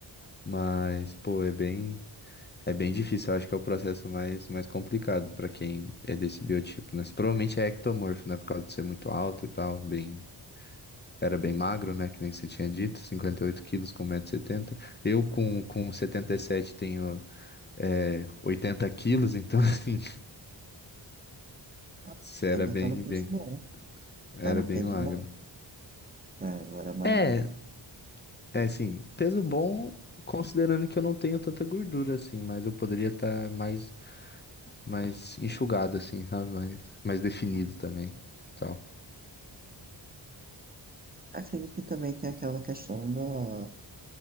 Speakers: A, on the left; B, on the right.
A: mas pô, é bem é bem difícil, eu acho que é o processo mais mais complicado pra quem é desse biotipo, né? Você Provavelmente é ectomorfo, né, por causa de ser muito alto e tal, bem Era bem magro, né? Que nem você tinha dito, 58 quilos com 170 setenta Eu, com, com 77, tenho é, 80 quilos, então, <laughs> assim,
B: Ah,
A: você era
B: Ainda
A: bem,
B: tá num peso
A: bem,
B: bom, né?
A: era
B: Tá num
A: bem
B: peso
A: magro.
B: bom. É, eu era magrinho.
A: É, é assim, peso bom, considerando que eu não tenho tanta gordura assim, mas eu poderia estar mais, mais enxugado assim, sabe? Mais, mais definido também, tal.
B: Acredito que também tem aquela questão da,